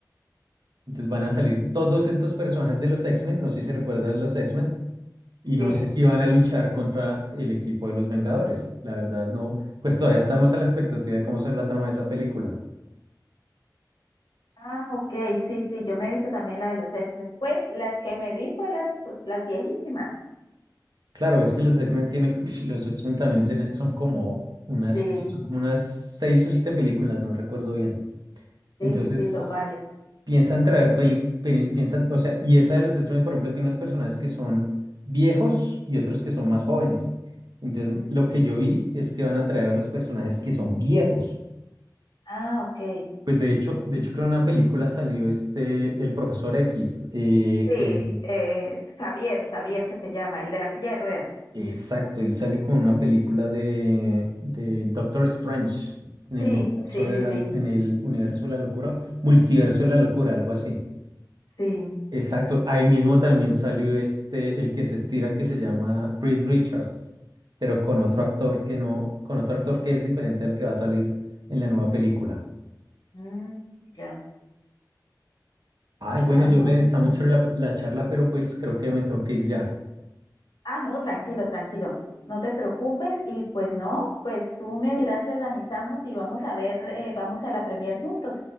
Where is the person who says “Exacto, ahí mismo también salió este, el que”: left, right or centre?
Right